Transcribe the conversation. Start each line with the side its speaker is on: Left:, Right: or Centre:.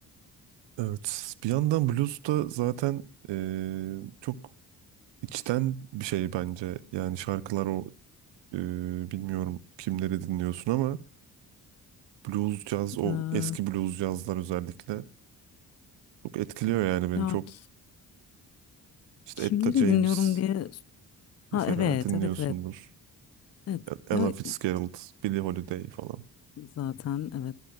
Right: Evet. Bir yandan blues da zaten eee, çok içten bir şey bence. Yani şarkılar o eee, bilmiyorum kimleri dinliyorsun ama blues caz o
Left: Eee,
Right: eski blues cazlar özellikle çok etkiliyor yani beni
Left: ya
Right: çok.
Left: ki-
Right: işte
Left: kimleri
Right: Etta James
Left: dinliyorum diye. Ha
Right: mesela
Left: evet
Right: dinliyorsundur.
Left: evet evet. Evet.
Right: Ella
Left: Ya
Right: Fitzgerald, Billie Holiday falan.
Left: Zaten evet.